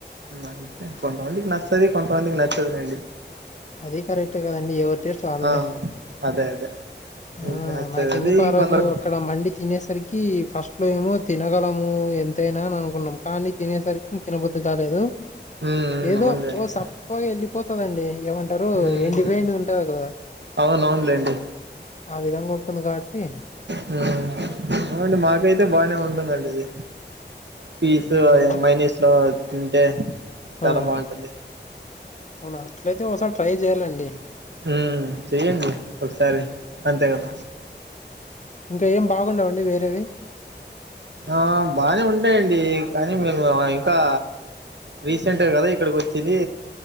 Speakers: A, on the right; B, on the left.
A: అంతే కొంతమందికి నచ్చతది కొంతమందికి నచదు లేండి.
B: అది కరెక్ట్ కదండి. ఎవరి టేస్ట్ వాళ్లదే.
A: ఆ అదే అదే
B: ఆ
A: మీకు నచ్చది
B: నాకెందుకు
A: అది
B: ఆ
A: ఇంకొందరికి
B: రోజు అక్కడ మండి తినేసరికి ఫస్ట్ లో ఏమో తినగలము ఎంతైనా అని అనుకున్నాం. కానీ తినేసరికి ఇం తినబద్దు కాలేదు
A: మ్మ్ మ్మ్
B: ఏదో
A: అవునులేండి
B: ఓ సప్పగా వెళ్ళిపోతుదండి. అంటారు.
A: మ్మ్
B: ఎండి పోయింది ఉంటంది. కదా
A: అవును అవునులేండి
B: ఆ విధంగా ఉంటుంది. కాబట్టి
A: హ్మ్మ్ అవుండి మాకైతే బానే ఉంటుందండి. ఇది ఫీస్
B: అవునా!
A: మెయినీస్ లో తింటే చాలా
B: ఆ!
A: బాగుంటుంది.
B: అవునా అట్లయితే ఒకసారి ట్రై చేయ్యాలండి.
A: హ్మ్మ్ చెయ్యడి. ఒకసారి అంతే కదా
B: ఇంకా ఏం బాగుండవండి వేరేవి
A: ఆ బానే ఉంటాయంండి. కానీ మేము ఇంకా రీసెంట్ గా కదా ఇక్కడికి వచ్చిది.